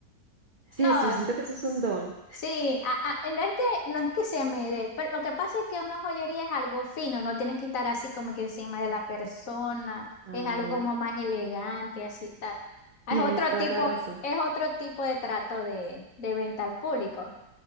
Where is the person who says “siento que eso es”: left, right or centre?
Right